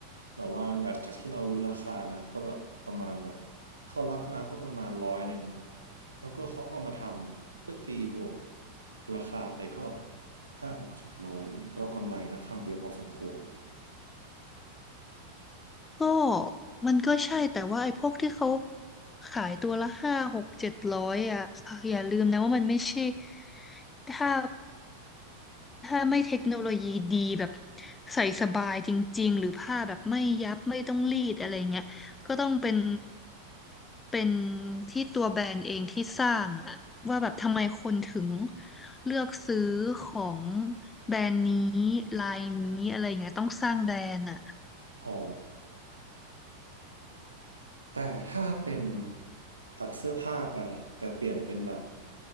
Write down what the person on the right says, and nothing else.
แบบว่าดักจากที่เรารู้ราคานะก็แบบประมาณแบบเขารับมาก็ประมาณร้อยหนึ่งแล้วก็เขาก็เอามาทำก็ตีบวกราคาไปก็ห้าหกเจ็ดร้อยอะไรเงี้ยก็กำไรค่อนข้างเยอะพอสมควร
อ๋อแต่ถ้าเป็นตัดเสื้อผ้าไปแต่เปลี่ยนเป็นแบบ